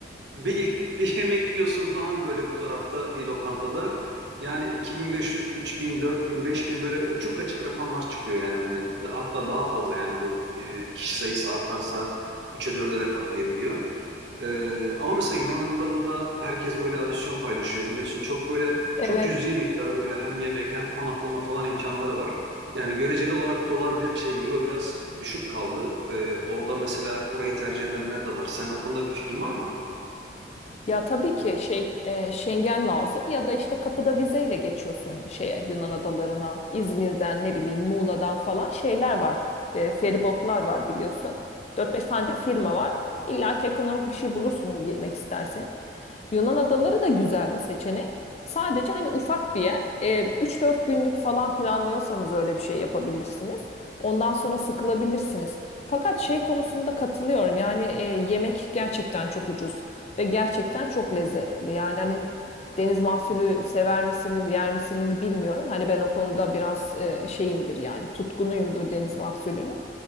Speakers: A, on the right; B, on the left.
A: Bir, <laughs> bir yemek yiyorsun falan böyle bu tarafta bir lokantada. Yani 2500, 3000, 4000, 5000 böyle uçuk kaçık rakamlar çıkıyor yani hani da- hatta daha fazla yani bu e, kişi sayısı artarsa üçe 4'e de katlayabiliyor. E, ama mesela Yunan adalarında herkes böyle adisyon paylaşıyor biliyorsun. Çok böyle
B: <laughs> Evet.
A: çok cüzi miktara böyle hem yemek hem konaklama falan imkanları var. Yani göreceli olarak dolar bir şey euro biraz düşük kaldı. E, orada mesela orayı tercih edenler de var. Sen o konuda bir fikrin var mı?
B: Ya tabii ki şey e, Schengen lazım ya da işte kapıda vizeyle geçiyorsun şeye Yunan adalarına İzmir'den ne bileyim Muğla'dan falan şeyler var E, feribotlar var biliyorsun dört beş tane de firma var İlla ki ekonomik bir şey bulursunuz yemek isterseniz Yunan adaları da güzel bir seçenek sadece hani ufak bir yer E, üç dört günlük falan planlıyorsanız öyle bir şey yapabilirsiniz ondan sonra sıkılabilirsiniz fakat şey konusunda katılıyorum yani e, yemek gerçekten çok ucuz ve gerçekten çok lezzetli. Yani hani deniz mahsulü sever misiniz, yer misiniz bilmiyorum. Hani ben o konuda biraz e, şeyimdir yani tutkunuyumdur deniz mahsulünün.